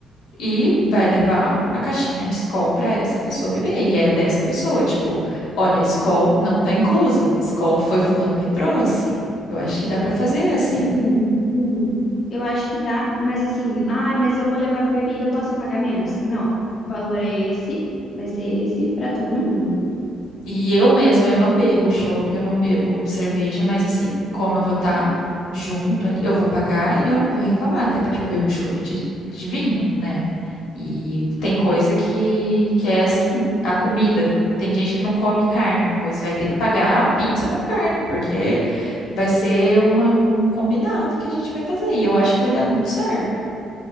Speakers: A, on the left; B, on the left.
A: e vai levar a caixinha de Skol para essa pessoa beber. E é dessa pessoa, tipo, olha, Skol não tá inclusa, Skol foi fulano que trouxe. Eu acho que dá para fazer assim.
B: Sim, sim. Eu acho que dá, mas assim, ah mas eu vou levar bebida, posso pagar menos? Não, o valor é esse, vai ser esse para todo mundo.
A: E eu mesma, eu não bebo chopp, eu não bebo cerveja, mas assim, como eu vou estar junto ali, eu vou pagar e eu não vou reclamar, até porque eu bebo chopp de, de vinho, né? E tem coisa que, que é assim, a comida. Tem gente que não come carne, pois vai ter que pagar a pizza com carne, porque vai ser uma, um combinado que a gente vai fazer. E eu acho que vai dar muito certo.